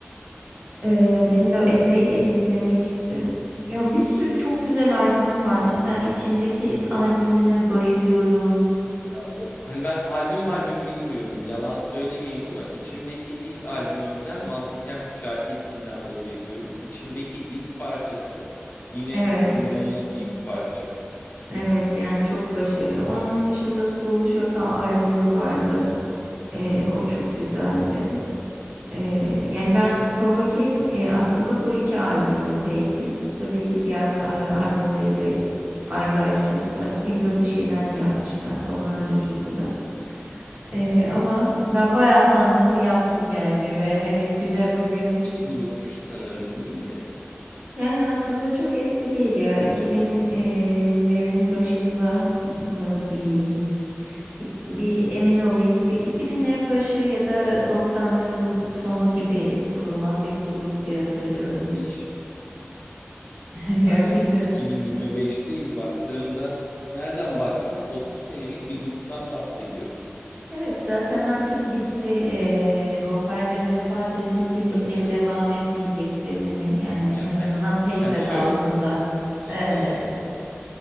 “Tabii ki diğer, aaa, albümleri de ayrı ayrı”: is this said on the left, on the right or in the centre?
Right